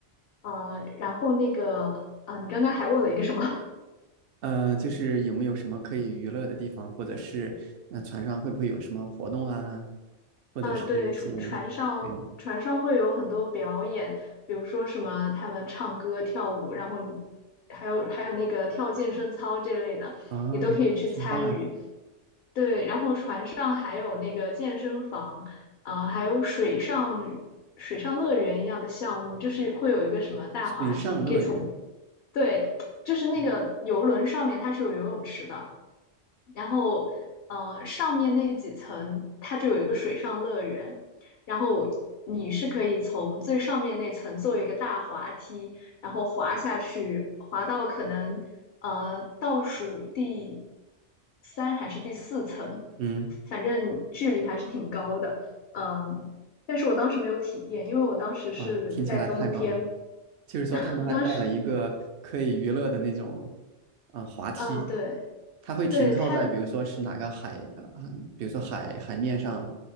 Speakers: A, on the left (about 60°); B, on the right (about 60°).
A: 呃，然后那个，呃，你刚刚还问了一个什么？<laughs>
B: 呃，就是有没有什么可以娱乐的地方，或者是呃船上会不会有什么活动啊，或者是一些
A: 呃，对，船船上船上会有很多表演，
B: 嗯
A: 比如说什么他们唱歌、跳舞，然后你还有还有那个跳健身操这类的，
B: 啊，
A: 你都可以去参与。
B: 挺棒，
A: 对，然后船上还有那个健身房，呃，还有水上水上乐园一样的项目，就是会有一个什么大滑梯，
B: 水上乐园，
A: 你可以从对，就是那个游轮上面它是有游泳池的，然后呃上面那几层它就有一个水上乐园，然后你是可以从最上面那层做一个大滑梯，然后滑下去，滑到可能呃倒数第三还是第四层，
B: 嗯，
A: 反正距离还是挺高的，嗯，但是我当时没有体验，因为我当时是在冬天，
B: 哇，听起来太棒了。就是说他们还带了一个可以娱乐的那种
A: <laughs> 我当时。<laughs>
B: 啊、呃滑梯，
A: 啊，对，
B: 它会停靠在比如说是哪个海啊、
A: 对它，
B: 比如说海海面上，